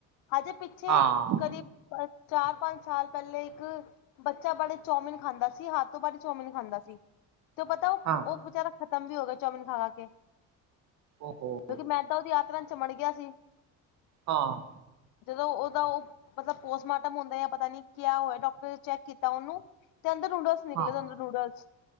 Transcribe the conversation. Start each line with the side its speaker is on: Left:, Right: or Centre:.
Left: ਹਜੇ ਪਿੱਛੇ
Right: ਹਾਂ
Left: ਕਦੀ ਅ ਚਾਰ-ਪੰਜ ਸਾਲ ਪਹਿਲੇ ਇੱਕ ਬੱਚਾ ਬੜੇ ਚੋਮਿਨ ਖਾਂਦਾ ਸੀ ਹੱਦ ਤੋਂ ਬਦ ਚੋਮਿਨ ਖਾਂਦਾ ਸੀ ਤੇ ਪਤਾ ਉਹ
Right: ਹਾਂ।
Left: ਉਹ ਵਚਾਰਾ ਖਤਮ ਵੀ ਹੋ ਗਿਆ, ਚੋਮਿਨ ਖਾ-ਖਾ ਕੇ
Right: ਓਹੋ
Left: ਕਿਉਂਕਿ ਮੈ ਉਹਦੀ ਆਤਰਾ ਚ ਚਮੜ ਗਿਆ ਸੀ।
Right: ਹਾਂ।
Left: ਜਦੋਂ ਉਹਦਾ ਉਹ ਮਤਲਬ ਪੋਸਟਮਾਰਟਮ ਹੁੰਦਾ ਆ ਪਤਾ ਨੀ ਕਿਆ ਹੋਇਆ ਡਾਕਟਰ ਚੈੱਕ ਕੀਤਾ ਉਹਨੂੰ ਤੇ ਅੰਦਰ ਨੂਡਲਸ ਨਿਕਲੇ,
Right: ਹਾਂ
Left: ਅੰਦਰ ਨੂਡਲਸ